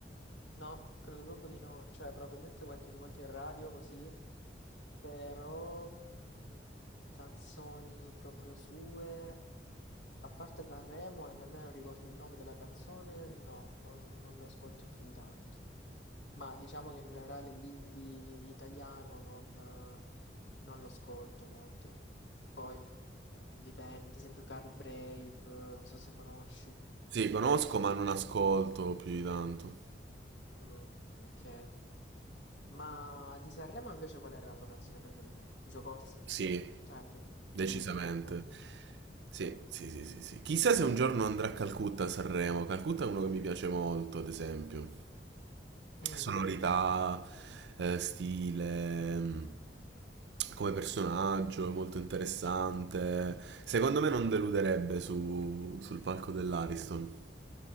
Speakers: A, on the left; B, on the right.
A: No, credo proprio di no, cioè probabilmente qualche volta in radio così, però mm, canzoni proprio sue, a parte Sanremo e nemmeno ricordo il nome della canzone, no, non, non lo ascolto più di tanto. Ma diciamo che in generale l'indie italiano non, eh, non lo ascolto molto. Poi mm, dipende, ad esempio Carl Brave, non so se conosci.
B: Sì, conosco, ma non ascolto più di tanto.
A: Mm, ok. Ma di Sanremo invece qual era la tua canzone preferita? Lucio Corsi?
B: Sì,
A: Cioè, lui.
B: decisamente.
A: lui. Mm, ok.
B: Sì, sì, sì, sì, sì. Chissà se un giorno andrà a Calcutta a Sanremo. Calcutta è uno che mi piace molto, ad esempio.
A: Mm.
B: Sonorità, eh, stile, mh, come personaggio, molto interessante. Secondo me non deluderebbe su- sul palco dell'Ariston.